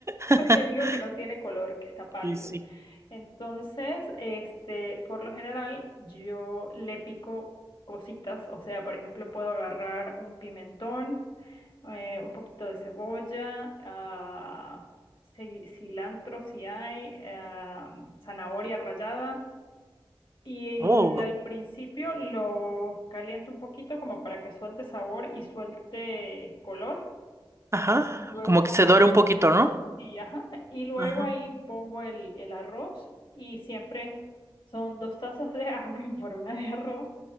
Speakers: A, on the right (about 30°); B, on the left (about 60°).
A: <laughs>
B: Porque digo que no tiene color, que está pálido.
A: Sí, sí.
B: Entonces, este, por lo general, yo le pico cositas. O sea, por ejemplo, puedo agarrar un pimentón eh, un poquito de cebolla, ah, ci- cilantro si hay, ah, zanahoria rallada. Y
A: Oh,
B: el- al principio lo caliento un poquito como para que suelte sabor y suelte color.
A: ajá.
B: Luego
A: Como
B: pongo
A: que se dore
B: el...
A: un poquito, ¿no?
B: Sí, ajá. Y luego
A: Ajá.
B: ahí pongo el, el arroz y siempre son dos tazas de agua <laughs> por una de arroz